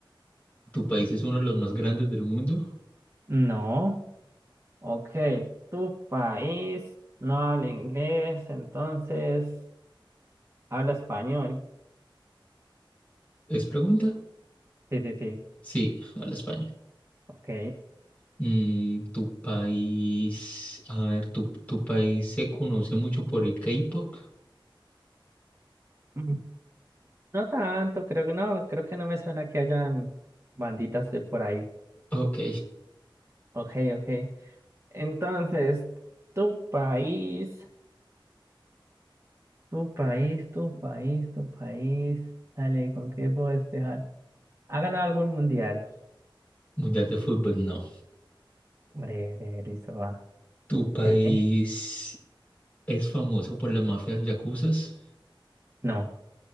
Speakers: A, on the left; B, on the right.
A: tu país es uno de los más grandes del mundo?
B: No. Ok, tu país no habla inglés, entonces habla español.
A: ¿Es pregunta?
B: Sí, sí, sí.
A: Sí, habla español.
B: Ok.
A: Mm, tu país, a ver, tu, tu país se conoce mucho por el K-pop.
B: Mm, No tanto, creo que no, creo que no me suena que hayan banditas de por ahí.
A: Ok,
B: Ok, ok. Entonces, tu país, tu país, tu país, tu país. Dale, ¿con qué puedo despejar? ¿Ha ganado algún mundial?
A: <laughs> Mundial de Fútbol, no.
B: Breve, listo, va.
A: ¿Tu país
B: Sigue.
A: es famoso por las mafias yacuzas?
B: No.